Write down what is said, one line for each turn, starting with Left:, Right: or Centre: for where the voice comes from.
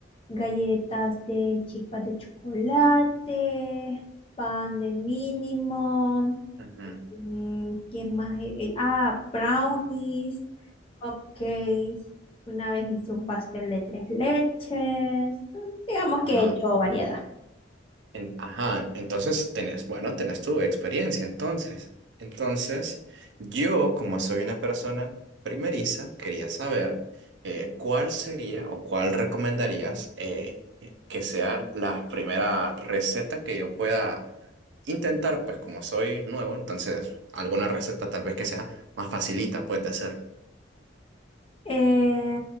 Left: galletas de chispas de chocolate, pan de mínimo,
Right: Ujú.
Left: mm, ¿qué más? he- he- ah, brownies, cupcakes. Una vez hice un pastel de tres leches. Entonces, digamos que
Right: Ajá.
Left: he hecho variedad.
Right: En- ajá, entonces tenés, bueno, tenés tu experiencia, entonces. Entonces, yo, como soy una persona primeriza, quería saber eh, cuál sería o cuál recomendarías eh, que sea la primera receta que yo pueda intentar, pues como soy nuevo, entonces alguna receta tal vez que sea más facilita, puedes hacer.
Left: Eh,